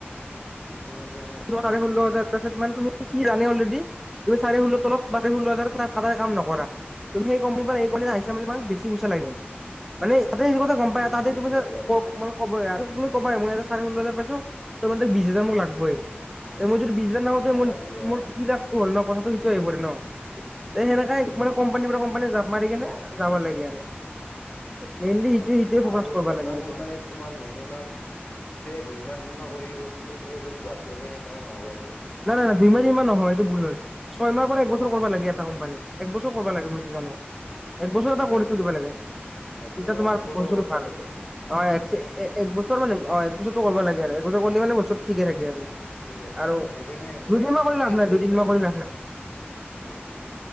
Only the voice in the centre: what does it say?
াৰে োল্লাজ <unintelligible> তুমি কি জানে অলৰেডি তুমি চাৰে ষোল্ল তলতাৰে ষল্ল হাজাৰ
কাম নকৰা। ক আহিছে ম বুলি মান
বেছিুইচা লাগে। মানে। ত সিটো কথা গম পাই
তাতে
তুি ক
মানে কব আৰু তুমি কবা মোক এটা। চাৰে ষল হাজাৰ পছত চ মান ত বিশ হাজাৰ মোক লাগবই।
এই মোৰ যদি বিছদনা ন হওঁতেৰ
তমোৰ
কি লাটো হল ন কথাটো। হবৰে ন। এ! সেনেককা
মান
কম্পানীৰ
পৰা কম্পানী জাপ মাৰি কেনে। যাব লাগে আৰু। মেইনলি সেইটোৱে
সেইটোৱে ফকাচ
কৰিব
লাগে সেইটো
নাই নাই নাই দুইমাহ ইমান নহয় এইটো ভুল হ'ল, ছয়মাহৰ পৰা একবছৰ
কৰিব লাগে এটা কোম্পানী। এক বছৰ কৰিবা লাগে, মইটো জানো একবছৰ
এটা কৰি
থৈ দিবা লাগে,
এতিয়া তোমাৰ
বছৰ
ভাল
অ
এক বছৰ মানে অ এক বছৰো কৰিব লাগে। ক'লে মান বছু ঠিকে ৰাখে আৰু।
আৰু
দুদিনমান কৰি লাভ
নাই দুদিনমান
কৰি লাভ নাই।